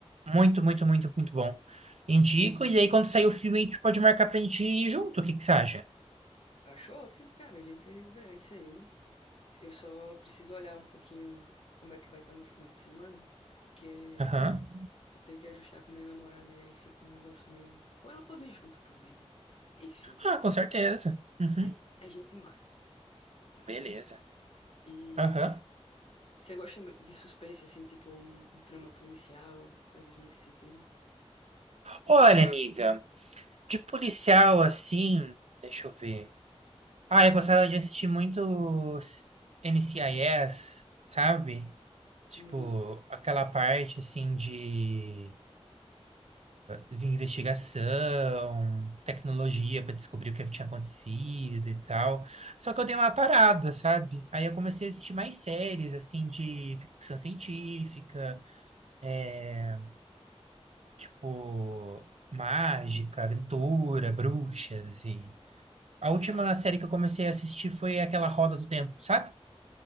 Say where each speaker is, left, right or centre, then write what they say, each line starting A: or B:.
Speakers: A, on the right; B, on the left.
A: muito, muito, muito, muito bom. Indico. E aí, quando sair o filme, a gente pode marcar pra gente ir junto. O que que você acha?
B: Acho ótimo, cara. A gente vê é isso aí. Eu só preciso olhar um pouquinho como é que vai estar meu final de semana, porque
A: Aham.
B: eu tenho que ajustar com minha namorada e aí fica um negócio meio. Ou ela pode ir junto também, né? Enfim,
A: Ah, com certeza. Uhum.
B: a, a gente marca, tá certo?
A: Beleza.
B: E
A: Aham.
B: você gosta de suspense, assim, tipo um, um trama policial, coisas nesse sentido?
A: Olha, amiga, de policial assim. Deixa eu ver. Ah, eu gostava de assistir muito s- NCIS, sabe? Tipo,
B: Uhum.
A: aquela parte assim de, de investigação, tecnologia para descobrir o que, é que tinha acontecido e tal. Só que eu dei uma parada, sabe? Aí eu comecei a assistir mais séries assim de ficção científica, é, tipo mágica, aventura, bruxas e a
B: Legal.
A: última série que eu comecei a assistir foi aquela Roda do Tempo, sabe?